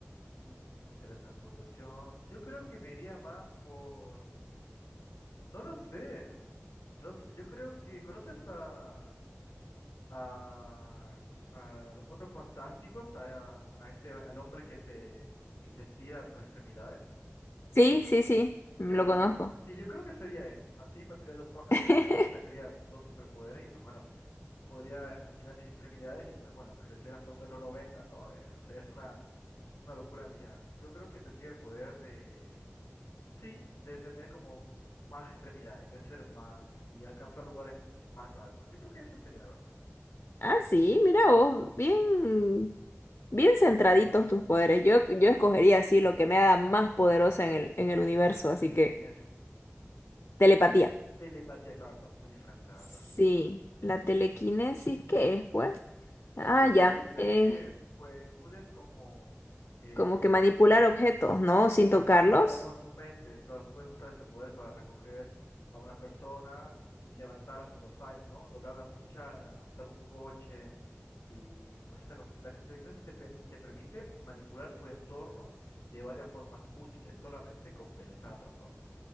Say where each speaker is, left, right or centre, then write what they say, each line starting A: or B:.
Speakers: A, on the left; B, on the left.
A: Mm, teletransportación, yo creo que me iría más por No lo sé. No sé, Yo creo que conoces a, a, a los Cuatro Fantásticos, a, a este, al hombre que se, que se estira a sus extremidades.
B: Sí, sí, sí, lo
A: Yo creo
B: conozco.
A: que, se- sí, yo creo que sería él. Así mataría dos pájaros
B: <laughs>
A: de un tiro, tendría dos superpoderes y pues bueno, podría estirar mis extremidades y pues bueno, crecer hasta un metro noventa, ¿no? Eh, o sea, es una, una locura mía. Yo creo que tendría el poder Sí, de tener como más extremidades, crecer más y alcanzar lugares más altos. Yo creo que esa sería la verdad.
B: Ah, sí, mira vos, bien, bien centraditos tus poderes. Yo, yo escogería así lo que me haga más poderosa en el, en el universo, así
A: Telequinesis.
B: que telepatía.
A: Telepatía, claro, son muy diferentes, la
B: Sí,
A: verdad.
B: la telequinesis, ¿qué es, pues?
A: La
B: Ah,
A: telequinesis
B: ya,
A: es
B: eh,
A: que pues, puedes como eh,
B: como que manipular objetos, ¿no? Sin tocarlos.
A: Claro, con tu mente, claro, puedes usar este poder para recoger a una persona y levantarla por los aires, ¿no? Doblar una cuchara, apretar un coche y pues esa cosa. La telequinesis te, pen- te permite manipular tu entorno de varias formas útiles, solamente con pensarlo, ¿no?